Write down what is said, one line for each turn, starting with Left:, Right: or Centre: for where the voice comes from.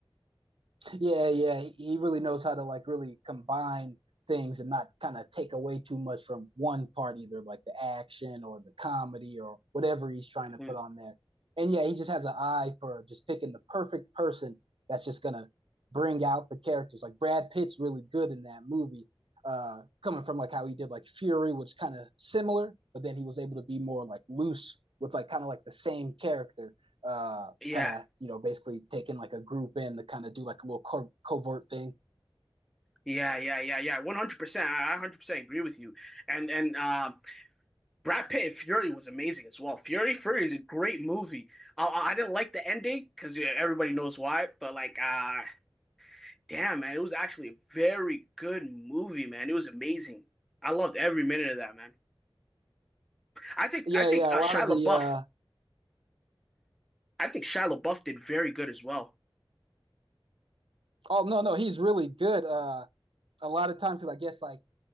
Right: Yeah, yeah, he really knows how to like really combine things and not kind of take away too much from one part, either like the action or the comedy or whatever he's trying to
Centre: Mhm.
Right: put on there. And yeah, he just has an eye for just picking the perfect person that's just gonna bring out the characters. Like Brad Pitt's really good in that movie, uh, coming from like how he did like Fury, which kind of similar, but then he was able to be more like loose with like kind of like the same character uh,
Centre: Yeah,
Right: kind of you know basically taking like a group in to kind of do like a little co- covert thing.
Centre: yeah, yeah, yeah, yeah. 100%. I I 100% agree with you. And and uh, Brad Pitt in Fury was amazing as well. Fury, Fury is a great movie. I, I I didn't like the ending because yeah, everybody knows why, but like, uh, damn, man, it was actually a very good movie, man. It was amazing. I loved every minute of that, man. I think
Right: Yeah,
Centre: I think
Right: yeah.
Centre: uh,
Right: A lot
Centre: Shia
Right: of the
Centre: LaBeouf
Right: uh,
Centre: I think Shia LaBeouf did very good as well.
Right: oh no no he's really good. Uh, a lot of times because I guess like